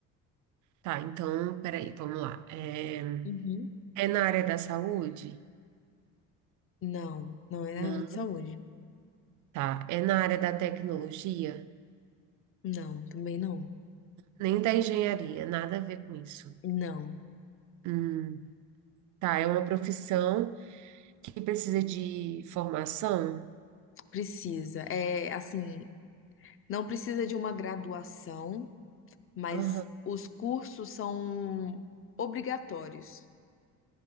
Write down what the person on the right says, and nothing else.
Tá, então, peraí, vamos lá. É,
é na área da saúde?
Não.
Tá. É na área da tecnologia?
Nem da engenharia, nada a ver com isso.
Hum, tá, é uma profissão que precisa de formação?
Aham.